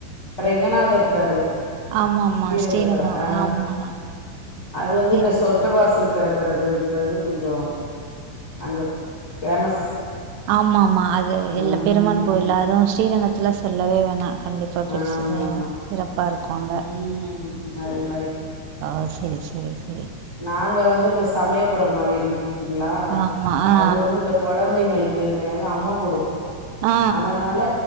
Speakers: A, on the left; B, on the right.
A: ரெங்கநாதர் இருக்காரு
B: ஆமாமா
A: ஸ்ரீரங்கத்துல
B: ஸ்ரீரங்கம்
A: ஆ
B: ஆமா
A: அது வந்து
B: சரி
A: இந்த சொர்க்க வாசல் தெறக்குறது ன்றது கொஞ்சோ அங்க ஃபேமஸ்
B: ஆமா ஆமா அது இல்ல
A: ம்
B: பெருமாள் கோயில அதுவு ஸ்ரீரங்கத்துல சொல்லவே வேணா கண்டிப்பா பெருசு
A: ஆமா ஆமா
B: சிறப்பா இருக்கோ அங்க
A: ம் அது மாரி
B: ஆ செரி செரி செரி
A: நாங்க வந்து இந்த சமயபுரம் மாரியம்மன் இருக்குதுங்களா
B: ஆமா ஆ
A: அது வந்து இந்த கொழந்தைங்குளுக்கு நறைய அம்ம போடோ
B: ஆ ஆ
A: அதனால